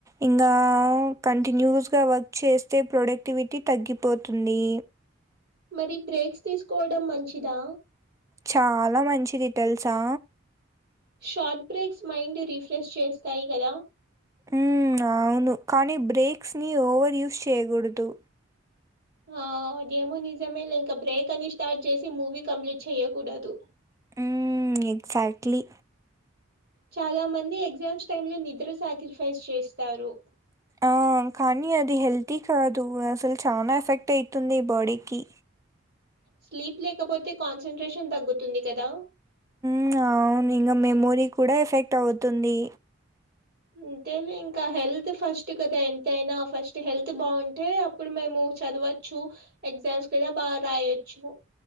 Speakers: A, on the right; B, on the right.
A: ఇంగ కంటిన్యూస్గా వర్క్ చేస్తే ప్రొడక్టివిటీ తగ్గిపోతుంది
B: మరి బ్రేక్స్ తీసుకోవడం మంచిదా
A: చాలా మంచిది తెల్సా
B: షార్ట్ బ్రేక్స్ మైండ్ రిఫ్రెష్ చేస్తాయి కదా
A: మ్ అవును కానీ బ్రేక్స్ ని ఓవర్ యూజ్ చేయకూడదు
B: ఆ అదేమో నిజమే లే బ్రేక్ అని స్టార్ట్ చేసి మూవీ కంప్లీట్ చెయ్యకూడదు
A: మ్ ఎగ్జాక్ట్లీ
B: చాలా మంది ఎగ్జామ్స్ టైమ్ లో నిద్ర సాాక్రిఫైస్ చేస్తారు
A: ఆ కానీ అది హెల్తీ కాదు అసలు చాలా ఎఫెక్ట్ అవుతుంది బాడీకి
B: స్లీప్ లేకపోతే కాన్సన్ంట్రేషన్ తగ్గుతుంది కదా
A: మ్ అవును ఇంగ మెమోరీ కూడా ఎఫెక్ట్ అవుతుంది
B: అంతే ఇంకా హెల్త్ ఫస్ట్ కదా ఎంతయినా ఫస్ట్ హెల్త్ బాగుంటే అప్పుడు మేము చదువా చ్చు ఎగ్జామ్స్ కూడా బాగా రాయొచ్చు